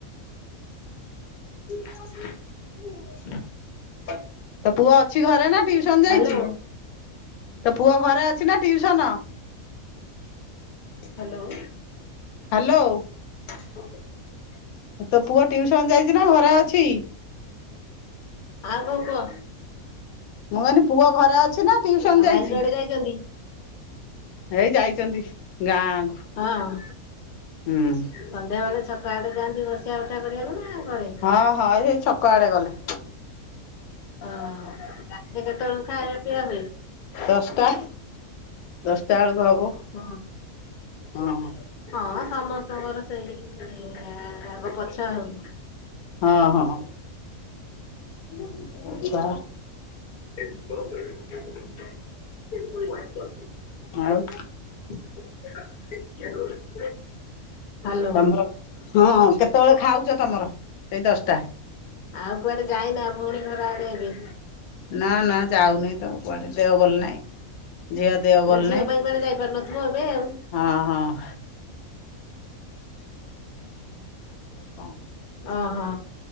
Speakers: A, on the left (about 55°); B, on the left (about 85°).
A: <inaudible>
B: ତୋ ପୁଅ ଅଛି ଘରେ ନା ଟିଉସନ ଯାଇଚି।
A: ହାଲୋ
B: ତୋ ପୁଅ ଘରେ ଅଛି ନା ଟିଉସନ?
A: ହାଲୋ
B: ହାଲୋ
A: <unintelligible>
B: ତୋ ପୁଅ ଟିଉସନ ଯାଇଛି ନା ଘରେ ଅଛି?
A: ଆଉ କଣ କୁହ?
B: ମୁଁ କହିଲି ପୁଅ ଘରେ ଅଛି ନା ଟିଉସନ
A: ଆଉ
B: ଯାଇଛି?
A: ଭାଇ କୁଆଡେ ଯାଇଛନ୍ତି?
B: ଏଇ ଯାଇଛନ୍ତି ଗାଁକୁ।
A: ହଁ
B: ହୁଁ
A: ସନ୍ଧ୍ୟାବେେଳେ ଛକଆଡେ ଯାଆନ୍ତି ବସାଉଠା କରିବାକୁ ନା ଘରେ?
B: ହଁ ହଁ ସେଇ ଛକ ଆଡେ ଗଲେ।
A: ହଁ ରାତିରେ କେତେବେଳକୁ ଖାଇଆ ପିଆ ହୁଏ?
B: ଦଶଟା। ଦଶଟା ବେଳକୁ ହବ।
A: ହଁ
B: ହଁ
A: ହଁ ସମସ୍ତଙ୍କର ସେଇ ଆଗ ପଛ ଆଉ।
B: ହଁ ହଁ ଯିବା।
A: <unintelligible> <unintelligible>
B: ଆଉ
A: ହାଲୋ
B: ତମର ହଁ କେତେବେଳେ ଖାଉଛ ତମର ସେଇ ଦଶଟା?
A: ଆଉ କୁଆଡେ ଯାଇନା ଭଉଣୀ ଘର ଆଡେ ଏବେ?
B: ନା ନା ଯାଉନି ତ କୁଆଡେ ଦେହ ଭଲ ନହିଁ। ଝିଅ ଦେହ ଭଲ
A: ଏ ଝିଅ
B: ନାଇଁ।
A: ପାଇଁ କୁଆଡେ ଯାଇ ପାରୁନଥିବ ଏବେ ଆଉ।
B: ହଁ ହଁ ଆଉ କହ <inaudible>
A: ଅ ହଁ